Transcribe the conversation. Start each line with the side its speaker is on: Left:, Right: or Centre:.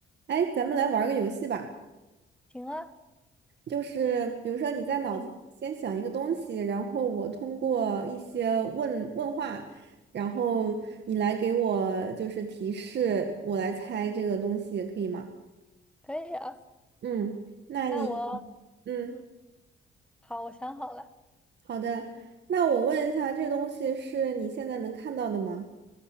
Right: 哎，咱们来玩儿个游戏吧，
Centre: 行啊，
Right: 就是比如说你在脑子里先想一个东西，
Centre: 嗯
Right: 然后我通过一些问问话，然后你来给我就是提示，我来猜这个东西，可以吗？
Centre: 可以啊。
Right: 嗯，那你，
Centre: 那我，
Right: 嗯，
Centre: 嗯，好，我想好了，
Right: 好的，那我问一下，这东西是你现在能看到的吗？